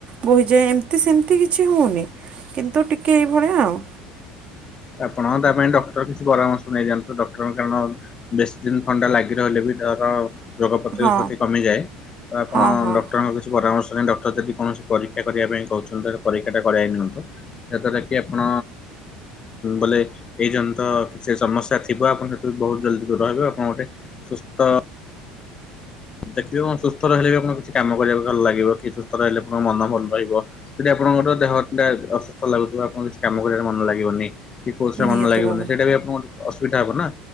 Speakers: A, on the right; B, on the left.
A: ବୋହିଯାଏ ଏମିତି ସେମିତି କିଛି ହଉନି। କିନ୍ତୁ ଟିକେ ଏଇ ଭଳିଆ ଆଉ।
B: ଆପଣ ତା ପାଇଁ ଡକ୍ଟର କିଛି ପରାମର୍ଶ ନେଇଯାଆନ୍ତୁ ଡକ୍ଟରଙ୍କ କାରଣ ବେଶ ଦିନ ଥଣ୍ଡା ଲାଗି ରହିଲେ ବି ଡର ରୋଗ ପ୍ରତିରୋଧ
A: ହଁ
B: ଶକ୍ତି କମିଯାଏ ତ ଆପଣ
A: ହଁ ହଁ
B: ଡକ୍ଟରଙ୍କ କିଛି ପରାମର୍ଶ ନେଇ ଡ ତ ଯଦି କୌଣସି ପରୀକ୍ଷା କରିବା ପାଇଁ କହୁଛନ୍ତି ପରୀକ୍ଷାଟା କରାଇ ନିଅନ୍ତୁ ଯାହାଦ୍ଵାରା କି ଆପଣ ବୋଲେ ଏଇ ଜନ ତ କିଛି ସମସ୍ୟା ଥିବ ଆପଣ ସେଥିରୁ ବହୁତ ଜଲ୍ଦି ଦୂର ହେବେ ଆପଣ ଗୋଟେ ସୁସ୍ଥ। ଦେଖିବେ କଣ ସୁସ୍ଥ ରହିଲେ ବି ଆପଣଙ୍କୁ କିଛି କାମ କରିବାକୁ ଭଲ ଲାଗିବ କି ସୁସ୍ଥ ରହିଲେ ଆପଣଙ୍କ ମନ ଭଲ ରହିବ। ଯଦି ଆପଣଙ୍କର ଦେହଟା ଅସୁସ୍ଥ ଲାଗୁଥିବ ଆପଣଙ୍କୁ କିଛି କାମ କରିବାରେ ମନ ଲାଗିବନି। କି କୋରସରେ
A: ନିହାତି
B: ମନ ଲାଗିବନି
A: ଭାବରେ।
B: ସେଇଟା ବି ଆପଣଙ୍କ ଅସୁବିଧା ହବ ନା